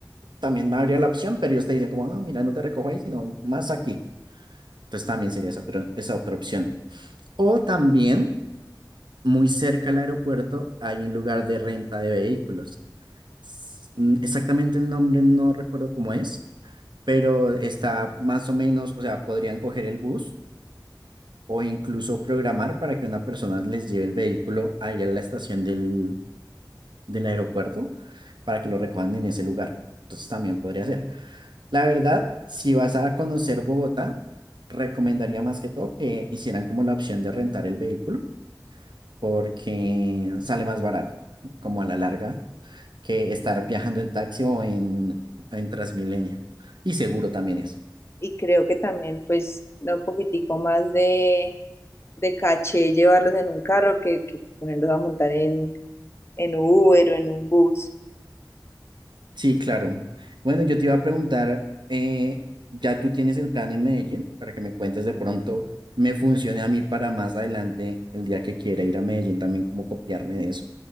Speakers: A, on the right (about 85°); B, on the left (about 35°).
A: también habría la opción, pero ellos te dicen como, no, mira, no te recojo ahí, sino más aquí. Entonces también sería esa, pero esa otra opción. O también, muy cerca al aeropuerto, hay un lugar de renta de vehículos. S- mm, Exactamente el nombre no recuerdo cómo es, pero está más o menos, o sea, podrían coger el bus o incluso programar para que una persona les lleve el vehículo ahí a la estación del, del aeropuerto para que lo recojan en ese lugar. Entonces también podría ser. La verdad, si vas a conocer Bogotá, recomendaría más que todo que hicieran como la opción de rentar el vehículo, porque sale más barato, como a la larga, que estar viajando en taxi o en, en Transmilenio. Y seguro también es.
B: y creo que también pues da un poquitico más de, de caché llevarlos en un carro que, que ponerlos a montar en, en Uber o en un bus.
A: Sí, claro. Bueno, yo te iba a preguntar, eh, ya tú tienes el plan en Medellín, para que me cuentes de pronto, me funcione a mí para más adelante, el día que quiera ir a Medellín, también como copiarme de eso.